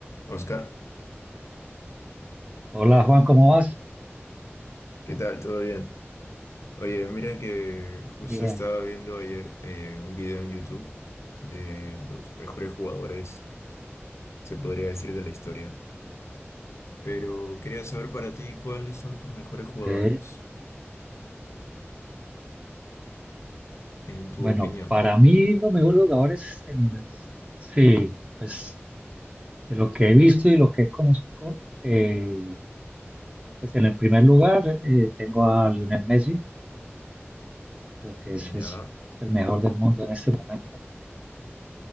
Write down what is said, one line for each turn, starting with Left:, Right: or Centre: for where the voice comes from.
Left: Oscar,
Right: Hola Juan, ¿cómo vas?
Left: ¿qué tal? ¿Todo bien? Oye, mira que justo
Right: Bien,
Left: estaba viendo ayer eh, un video en YouTube de los mejores jugadores, se podría decir, de la historia. Pero quería saber para ti cuáles son tus mejores jugadores,
Right: Sí.
Left: en tu
Right: Bueno,
Left: opinión.
Right: para mí los mejores jugadores, en las- sí, pues de lo que he visto y lo que conozco, eh, pues en el primer lugar eh, tengo a Lionel Messi, creo que ese
Left: Ya,
Right: es, es el mejor del mundo en este momento.